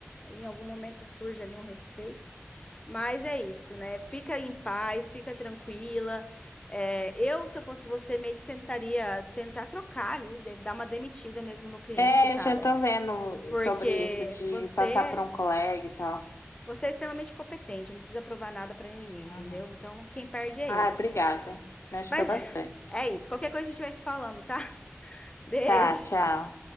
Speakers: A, on the left (about 20°); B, on the left (about 80°).
A: em algum momento surge ali um respeito. Mas é isso, né? Fica em paz, fica tranquila. É, eu, se eu fosse você, meio que tentaria tentar trocar ali, de- dar uma demitida mesmo no cliente,
B: É,
A: cara.
B: eu já tô vendo
A: Porque
B: sobre isso, de
A: você,
B: passar para um colega e tal.
A: você é extremamente competente, não precisa provar nada pra ninguém,
B: Uhum.
A: entendeu? Então, quem perde é
B: Ah,
A: ele.
B: obrigada. Me ajudou
A: Mas
B: bastante.
A: <laughs> é isso. Qualquer coisa a gente vai se falando, tá? <laughs> Beijo.
B: Tá, tchau.